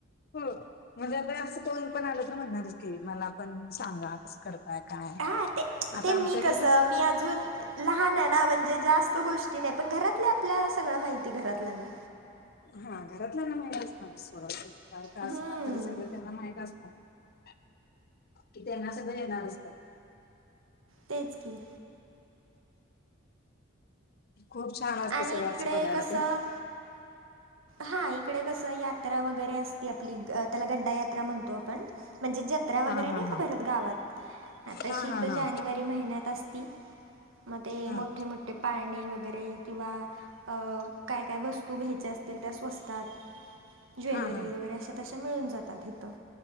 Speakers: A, on the left; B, on the right.
A: हो म्हणजे आता हे असं कोण पण आलं तर म्हणणारच की मला पण सांगा कसं करताय? काय
B: हा ते,
A: आता
B: ते मी
A: आमच्याकडे
B: कसं, मी अजून लहान आहे ना म्हणजे जास्त गोष्टी नाही. पण घरातले आपल्या सगळं माहिती घरातल्यांना.
A: हा घरातल्यांना माहितीच <unintelligible> सारखं असणार
B: हम्म,
A: कारण सगळं त्यांना माहित असणार, की त्यांना सगळं येणार असतं.
B: तेच की.
A: खूप छान असतं
B: आणि
A: सगळ
B: इकडे
A: अस बघायला
B: कसं
A: ते ना?
B: हा इकडे कस यात्रा वगैरे असते आपली. त्याला गड्डा यात्रा म्हणतो आपण, म्हणजे जत त्रा
A: हा
B: वगैरे
A: हा
B: नाही
A: हा
B: का भरत गावात आताशी
A: हा
B: हित
A: हा हा
B: जानेवारी महिन्यात असती. मग ते
A: हम्म
B: मोठे, मोठे पाळणे वगैरे किंवा अ काय, काय वस्तू घ्यायचे अस ते त्या स्वस्तात ज्वेलरी
A: हा हा
B: वगैरे अशा, तशा मिळून जातात. तिथं